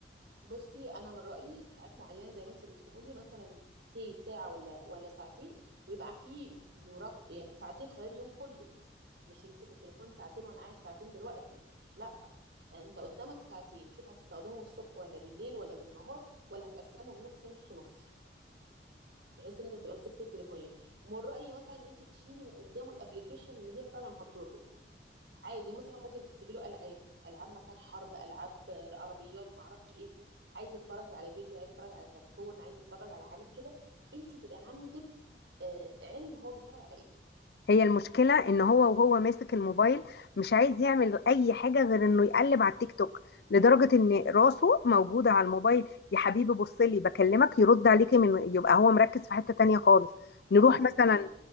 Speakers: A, on the right (about 75°); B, on the left (about 60°).
A: بصي انا من رايي ساعات معينه زي ما انت بتقولي مثلا سي ساعه ولا ولا ساعتين ويبقى في مراق يعني ساعتين خلال اليوم كله مش يمسك التليفون ساعتين وانا قاعد ساعتين دلوقتي لا انت قدامك ساعتين شوف هتستخدمهم الصبح ولا بالليل ولا بالنهار ولا هتقسمهم نص نص نص بحيث ان انت تبقى مسكت التليفونات ومن رايي مثلا ان انت تشيلي من قدامه الابلكيشن اللي هي فعلا هتضره عادي مثلا ممكن تسيبي له العاب العاب مثلا حرب العاب آه، عربيات ما اعرفش ايه عايز يتفرج على فيديو عايز يتفرج على كرتون عايز يتفرج على حاجه كده انت تبقى عندك آه، علم هو بيتفرج على ايه
B: هي المشكلة ان هو وهو ماسك الموبايل مش عايز يعمل اي حاجة غير انه يقلب على التيك توك لدرجة ان راسه موجودة على الموبايل يا حبيبي بص لي بكلمك يرد عليكي من يبقى هو مركز في حتة تانية خالص نروح
A: خلاص
B: مثلا
A: نشيل